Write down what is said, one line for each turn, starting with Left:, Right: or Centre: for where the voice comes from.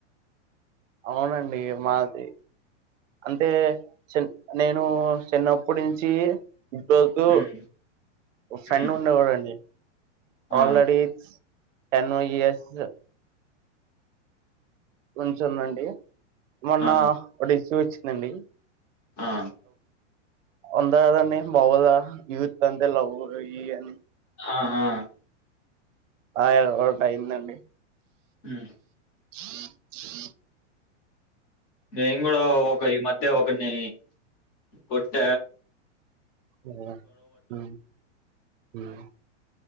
Right: అవునండి. మాది అంటే చి నేను చిన్నప్పటి నుంచి ఇన్నీ రోజులు
Left: ఉమ్,
Right: ఒక ఫ్రెండ్
Left: ఉమ్,
Right: ఉండే వాడండి. ఆల్రెడీ
Left: ఆ,
Right: కనీ నువ్వూ యస్ ఉంచ నండి మొన్న
Left: ఆ,
Right: ఒక ఇష్యూ వచ్చి నండి
Left: ఆ
Right: ఒందదని బవదా యూత్ అంతే లవ్ ఈ అని
Left: ఆ ఆ
Right: ఆవ ఒకటి అయిందండి
Left: హ్
Right: హ
Left: నేను కూడా ఒక ఈ మధ్య <unintelligible> ఒకన్నీ కొట్ట
Right: <unintelligible> ఆ హ్